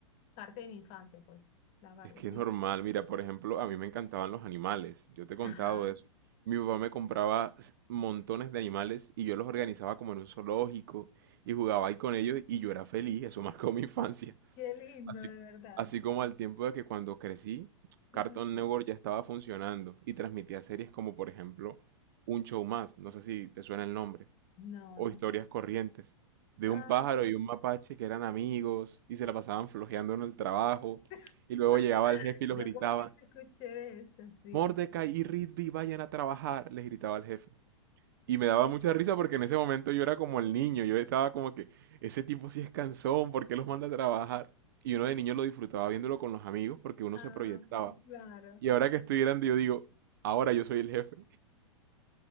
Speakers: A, on the left; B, on the right.
A: parte de mi infancia, pues, la Barbie.
B: Es que es normal. Mira, por ejemplo, a mí me encantaban los animales. Yo te he contado
A: Ajá. <laughs>
B: eso. Mi papá me compraba s- montones de animales y yo los organizaba como en un zoológico y jugaba ahí con ellos y yo era feliz. Eso marcó mi infancia.
A: Qué lindo,
B: Así,
A: de verdad.
B: así como al tiempo de que cuando crecí, Cartoon
A: Ujú.
B: Network ya estaba funcionando y transmitía series como por ejemplo Un Show Más, no sé si te suena el nombre,
A: No,
B: o
A: no.
B: Historias Corrientes, de
A: Ah,
B: un pájaro y un mapache que eran amigos y se la pasaban flojeando en el trabajo
A: <laughs>
B: y luego llegaba el jefe y los
A: yo
B: gritaba,
A: como que te escuché de eso, sí.
B: Mordecai y Rigby vayan a trabajar, les gritaba el jefe. Y me daba mucha risa porque en ese momento yo era como el niño, yo estaba como que, ese tipo sí es cansón, ¿por qué los manda a trabajar? Y uno de niño lo disfrutaba viéndolo con los amigos porque uno
A: Ay,
B: se proyectaba.
A: claro.
B: Y ahora que estoy grande yo digo, ahora yo soy el jefe.